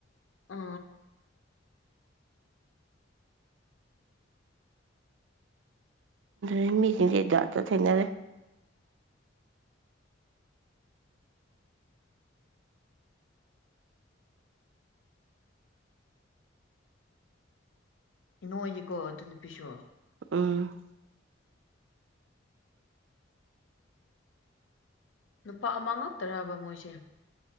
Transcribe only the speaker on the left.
ꯑ
ꯏ ꯅꯣꯒꯤꯀꯣ ꯑꯗꯨ ꯅꯨꯄꯤꯁꯨ꯫
ꯅꯨꯄꯥ ꯑꯃ ꯉꯛꯇꯅꯕ ꯃꯣꯏꯁꯦ